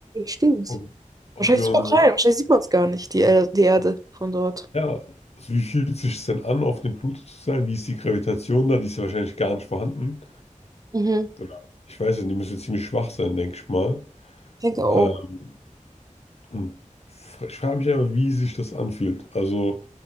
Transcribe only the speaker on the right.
stimmt.
Wahrscheinlich
super
klein, wahrscheinlich sieht man es gar nicht, die, Er- die Erde von dort.
Mhm.
Ich denke auch,